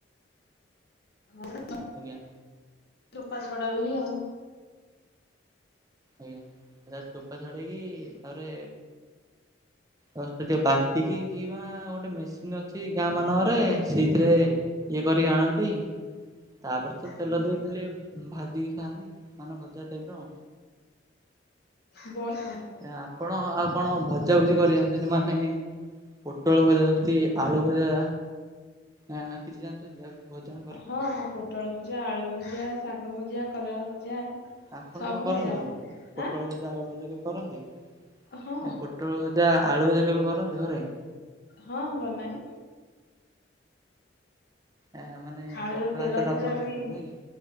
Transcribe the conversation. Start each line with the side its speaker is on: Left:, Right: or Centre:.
Left: <unintelligible>
Right: ଆଜ୍ଞା।
Left: ଚୋପା ଛଡା ବିିରି ଆଉ।
Right: ଆଜ୍ଞା। ତା ଚୋପା ଛଡ଼େଇକି ଥରେ ଜଷ୍ଟ ଟିକେ ବାଟିକି କିବା ଗୋଟେ ମେସିନ୍ ଅଛି ଗାଁ ମାନଙ୍କରେ ସେଇଥିରେ ଇଏ କରିକି ଆଣନ୍ତି ତାପରେ ତ ତେଲ
Left: ହୁଁ
Right: ଦେଇ ଖାଲି ଭାଜିକି ଖାଆନ୍ତି। ମାନେ ଭଜା ଟାଇପ୍ ର।
Left: <unintelligible>
Right: ଆ ଆପଣ ଆଉ କଣ ଭଜାଭୁଜି କରି ଜାଣିଛନ୍ତି? ମାନେ ପୋଟଳ ଭଜା ଯେମତି ଆଳୁ ଭଜା। ଆଁ କିଛି ଜାଣିଛନ୍ତି ଆଉ ଭଜା କରି?
Left: ହଁ ପୋଟଳ ଭଜା, ଆଳୁ ଭଜା, ଶାଗ ଭଜା, କଲରା ଭଜା।
Right: ଆପଣ
Left: ସବୁ
Right: କେବେ କରନ୍ତି
Left: ଭଜା ମୁଁ ଜାଣିଛି
Right: ପୋଟଳ
Left: ଆଁ
Right: ଭଜା, ଆଳୁ ଭଜା କେବେ କରନ୍ତି?
Left: ହଁ
Right: ଏ ପୋଟଳ ଭ ଯା ଆଳୁ ଭଜା କେବେ କରନ୍ତି ଘରେ?
Left: ହଁ ବନାଏ।
Right: ଏହା ମାନେ
Left: ଆଳୁରେ
Right: ପଖାଳ
Left: ତେଲ
Right: ଭାତରେ
Left: ଭଜା
Right: ଆପଣ ଖାଉଚନ୍ତି
Left: ବି
Right: ନୁହଁ କି?